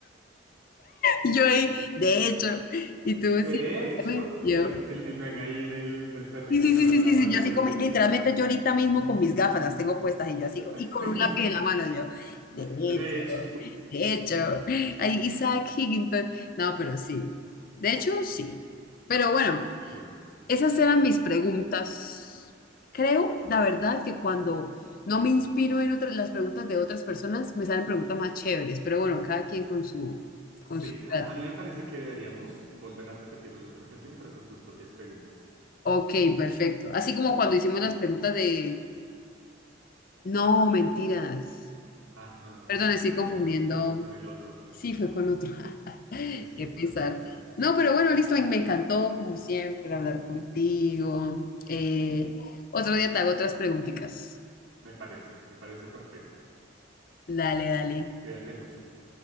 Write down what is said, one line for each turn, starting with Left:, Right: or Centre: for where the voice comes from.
Left: Yo ahí, de hecho, y tú
Right: De
Left: sí.
Right: hecho,
Left: también, y
Right: eh,
Left: Yo.
Right: con el, el meme ahí del, del perrito
Left: Sí, sí,
Right: con
Left: sí,
Right: las
Left: sí,
Right: gafas
Left: sí, sí, yo
Right: y
Left: así
Right: los
Left: como,
Right: dientecitos.
Left: literalmente yo ahorita mismo con mis gafas las tengo puestas y yo así,
Right: <laughs>
Left: co- y con un lápiz en la mano yo, de hecho.
Right: De hecho,
Left: De hecho, ahí Isaac Higginton. No, pero sí. De hecho, sí. Pero bueno,
Right: Bueno,
Left: esas eran mis preguntas. Creo, la verdad, que cuando no me inspiro en otras, las preguntas de otras personas, me salen preguntas más chéveres. Pero bueno, cada quien con su,
Right: sí,
Left: con su gratis.
Right: a, a mí me parece que deberíamos volver a repetirlo en otra ocasión, pero con tus propias preguntas.
Left: Ok, perfecto. Así como cuando hicimos
Right: listo.
Left: las preguntas de... No, mentiras.
Right: Ah, no, eso
Left: Perdón,
Right: no fue
Left: estoy
Right: conmigo,
Left: confundiendo.
Right: eso, eso fue con el otro.
Left: Sí, fue con otro. <laughs>
Right: Sí, sí,
Left: Qué pesar.
Right: totalmente.
Left: No, pero bueno, listo, me encantó, como siempre, hablar contigo. Eh, otro día te hago otras preguntitas.
Right: Me parece, me parece perfecto.
Left: Dale, dale,
Right: Cuídate mucho.